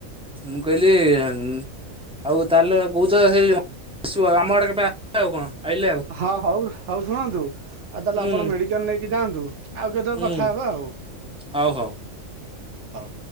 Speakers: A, in the centre; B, on the right.
A: ମୁଁ କହିଲି ଉଁ ଆଉ ତାହେଲେ କହୁଚ ସେଇ ଆସିବ। ଆମ ଆଡ଼େ କେବେ ହେଲା ଆଉ କଣ ଆଇଲେ ଆଉ।
B: ହଁ ହଉ ହଉ ଶୁଣନ୍ତୁ। ଆଉ ତାହେଲେ
A: ହୁଁ
B: ଆପଣ ମେଡିକାଲ ନେଇକି ଯାଆନ୍ତୁ। ଆଉ କେତେବେଳେ
A: ହୁଁ
B: କଥା ହେବା ଆଉ।
A: ହଉ ହଉ
B: ହଉ।